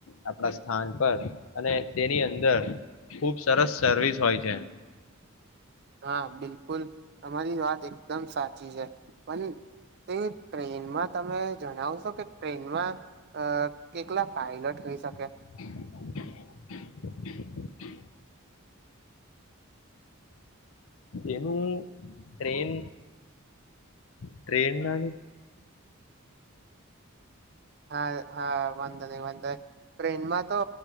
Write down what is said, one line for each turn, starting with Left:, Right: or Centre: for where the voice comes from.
Left: આપણા સ્થાન પર અને તેની અંદર ખુબ સરસ. સર્વિસ હોય છે..
Right: હા બિલકુલ અમારી વાત એક. દમ સાચી છે પણ તે. ટ્રેનમાં તમે જણાવશો કે ટ્રેનમાં અ કેટલા પાયલટ હોઈ શકે.
Left: <inaudible> એનું ટ્રેન ટ્રેન ના.
Right: હા હા. વાંધો નય વાંધ ટ્રેનમાં તો.